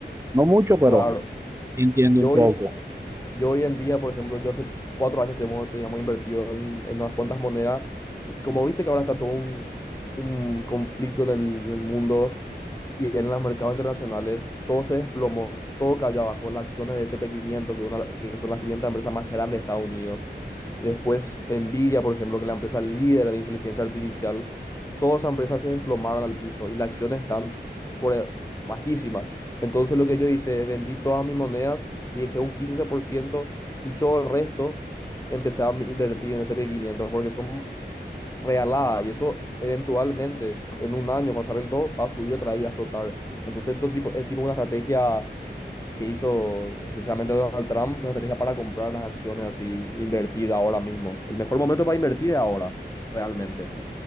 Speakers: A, on the right (about 15°); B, on the left (about 15°).
A: No mucho, pero
B: Claro,
A: sí entiendo
B: yo
A: un
B: hoy,
A: poco.
B: yo hoy en día, por ejemplo, yo hace cuatro años tenemos- teníamos invertido en, en unas cuantas monedas y como viste que ahora está todo un, un conflicto en el, en el mundo, y en los mercados internacionales todo se desplomó, todo cayó abajo, las acciones de S&P quinientos que, una, que son las 500 empresas más grandes de Estados Unidos, después Nvidia, por ejemplo, que es la empresa líder de inteligencia artificial, todas esas empresas se desplomaron al piso y las acciones están por e- bajísimas. Entonces lo que yo hice es vendí todas mis monedas y dejé un quince por ciento y todo el resto empecé a mi- invertir en S&P quinientos porque son realada y eso eventualmente en un año cuando se arregle todo va a subir otra vez y a explotar. Entonces esto es tipo, es tipo una estrategia que hizo especialmente Donald Trump, una estrategia para comprar las acciones así, invertir ahora mismo. El mejor momento para invertir es ahora, realmente.